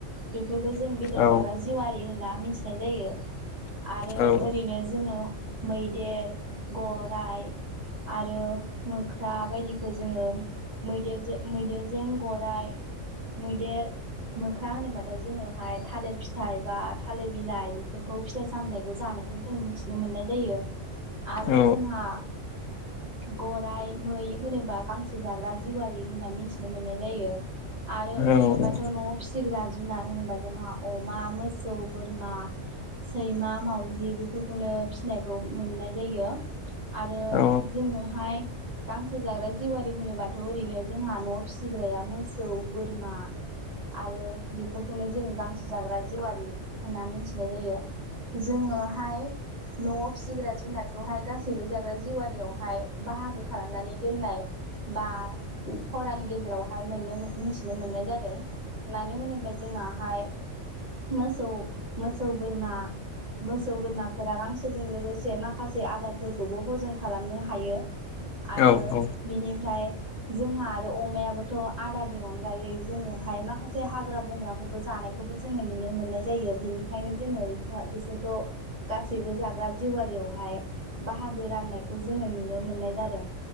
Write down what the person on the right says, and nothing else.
बेफोरखौ जों बेदर
जाग्रा जिवारि होनना आ <inaudible> मिथिनाय जायो आरो
ओरैनो जोङो मैदेर गराइ आरो मोख्रा बायदिखौ जोङो मैदेरजों गराइ मैदेर मोखर मैदेर होनोबा ओ आरो जोङोहाय थालिर फिथाइ बा थालिर बिलाइ बेफोरखौ फिथाइ सामथायाइखौ जानायखौ जों मिथिनो मोननाय जायो आरो
जोंहा गराइ मै होनोबा गांसो जाग्रा जिवारि होनना मिथिनो मोननाय जायो आरो
ओरैनोबाथ
नआव फिसिग्रा जुनार होनोबा जोंहा अमा मोसौ बोरमा सैमा मावजि बेफोरखौनो फिसिनायखौ मोननाय जायो आरो
जोङो हाय गांसो जाग्रा जिवारि होनोबाथ' ओरैनो जोंहा नआव फिसिग्राया मोसौ बोरमा आरो बेफोरखौनो जों गांसो जाग्रा जिेवारि होनना मिथिनाय जायो जोङोहाय नआव फिसिग्रा जुनारखौहाय गासैबो जाग्रा जिवारियावहाय बाहागो खालामनानै दोननाय बा फरानि गेजेराव हाय मोनथिनो मोननाय जादों मानो होनोब्ला ओ जोंहाय मोसौ बोरमा मोसौ बोरमाफोरा गांसोजों लोगोसे माखासे आदारफोरखौबो हजम खालामनो हायो आरो
बिनिफ्राय जोंहा आरो अमायाबोथ‌ आदारनि अनगायै जोङो हाय माखासे हाग हाग्रा बंग्राफोरखौ जानायखौबो जोङो नुनो मोननाय जायो बिनिखायनो जोङो बेखौ बिसोरखौ गासैबो जाग्रा जिेवारियावहाय बाहागो राननायखौ जोङो नुनो मोननाय जादों